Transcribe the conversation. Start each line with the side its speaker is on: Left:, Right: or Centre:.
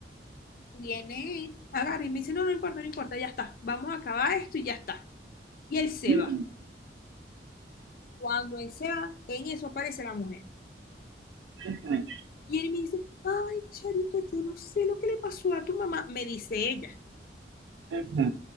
Left: Viene, agarra y me dice, no, no importa, no importa, ya está. Vamos a acabar esto y ya está. Y él se
Right: mm,
Left: va. Cuando él se va, en eso aparece la mujer.
Right: ujú,
Left: Y él me dice, ay, Charito, yo no sé lo que le pasó a tu mamá. Me dice ella.
Right: ujú.